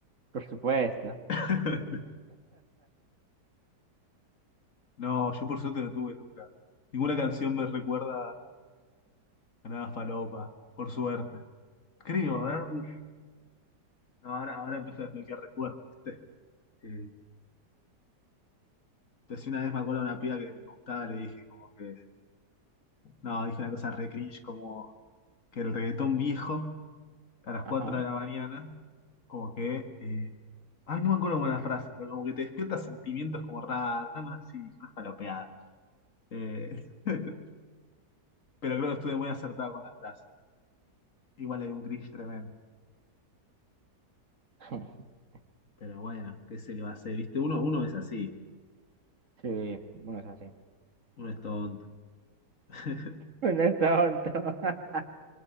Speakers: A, on the right (about 50°); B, on the left (about 50°).
A: Por supuesto.
B: <laughs> No, yo por suerte no tuve nunca. Ninguna canción me recuerda a nada falopa, por suerte. Creo, a ver, uf, no, ahora, ahora empecé a desbloquear recuerdos, ¿viste? Eh, decía una vez me acuerdo de una piba que me gustaba, le dije como que, no, dije una cosa re cringe, como que el reggaetón viejo a las
A: Ajá.
B: 4 de la mañana, como que, eh, ay, no me acuerdo cómo era la frase, pero como que te despierta sentimientos como raros, nada más así, dije una falopeada. Eh, <laughs> pero creo que estuve muy acertado con la frase. Igual hay un cringe tremendo.
A: <laughs>
B: Pero bueno, ¿qué se le va a hacer? ¿Viste? Uno, uno es así,
A: Sí, bueno, es así.
B: uno es tonto. <laughs>
A: Uno es tonto. <laughs>